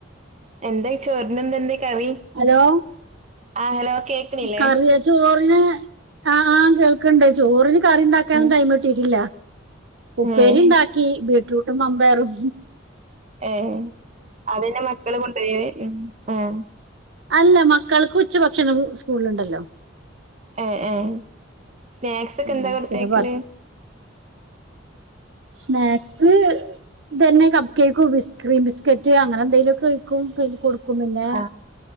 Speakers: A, on the right (about 35°); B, on the right (about 65°).
A: എന്തായി ചോറിനെന്താ ഇന്ന് കറി
B: ഹലോ
A: ആ ഹലോ കേക്ക്ണില്ലേ?
B: കറിയ ചോറിന് ആ ആ കേൾക്കണ്ടേ ചോറിന് കറി ഉണ്ടാക്കാനുള്ള
A: ഉം
B: ടൈം കിട്ടിട്ടില്ല ഉപ്പേരിണ്ടാക്കി
A: ഏഹ്
B: ബീട്ട് റൂട്ടും മാമ്പയറും
A: ഏയ് അതിന്റെ മക്കള് കൊണ്ടുപോയി മ്മ് ആഹ്
B: അല്ല മക്കൾക്ക് ഉച്ചഭക്ഷണവും സ്കൂളിൽ ഉണ്ടല്ലോ
A: ഏ ഏ സ്നാക്സ് ഒക്കെ
B: ഉം
A: എന്താ കൊടുത്തയക്കല്
B: പിന്നെ കൊറ സ്നാക്സ് തന്നെ കപ് കേക്കോ ബിസ് ക്രീം ബിസ്കറ്റ് അങ്ങനെ എന്തെങ്കലുമൊക്കെ ഉം പിന്ന കൊടുക്കുമുന്നേ
A: ആഹ്